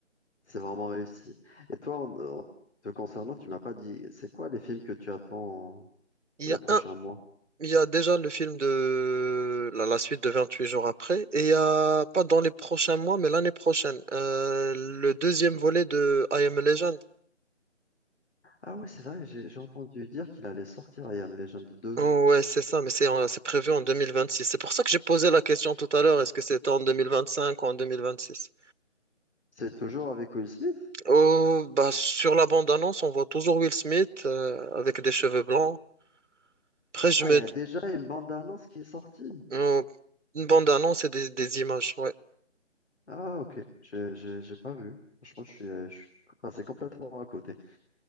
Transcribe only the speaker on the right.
Il
y
a
un,
il y a déjà le film de la, la suite de 28 jours après, et il y a pas dans les prochains mois, mais l'année prochaine, euh, le deuxième volet de I Am a Legend.
Oh, ouais, c'est ça, mais c'est en- c'est prévu en 2026. C'est pour ça que j'ai posé la question tout à l'heure, est-ce que c'était en 2025 ou en 2026?
Oh, bah, sur la bande-annonce, on voit toujours Will Smith euh, avec des cheveux blancs. Après, je
me...
oh, Une bande-annonce et des, des images, ouais.